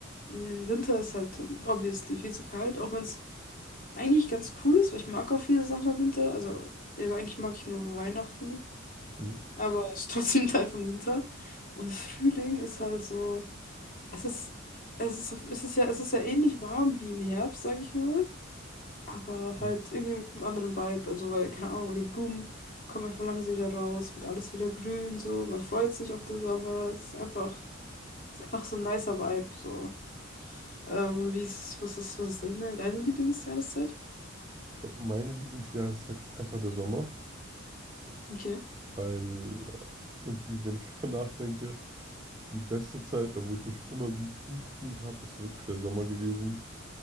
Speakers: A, on the left (about 45°); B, on the right (about 20°).
A: Mm, Winter ist halt ähm, obviously viel zu kalt, auch wenn es eigentlich ganz cool ist, weil ich mag auch viele Sachen im Winter. Also, also eigentlich mag ich nur Weihnachten,
B: Mhm.
A: aber es ist trotzdem <laughs> Teil vom Winter. Und Frühling ist halt so, es ist, es ist, es ist ja, es ist ja ähnlich warm wie im Herbst, sag ich mal. Aber
B: Mhm.
A: halt irgendwie mit einem anderen Vibe. Also, weil, keine Ahnung, weil die Blumen kommen einfach langsam wieder raus, wird alles wieder grün, so, man freut sich auf den Sommer. Es ist einfach, es ist einfach so ein nicer Vibe. So. Ähm, wie ist, was ist, was ist deine, deine Lieblingsjahreszeit?
B: Ich glaube, meine Lieblingsjahreszeit ist einfach der Sommer,
A: Okay.
B: weil äh, irgendwie, wenn ich <laughs> drüber nachdenke, die beste Zeit, oder wo ich mich immer gut, gut gefühlt habe, ist wirklich der Sommer gewesen.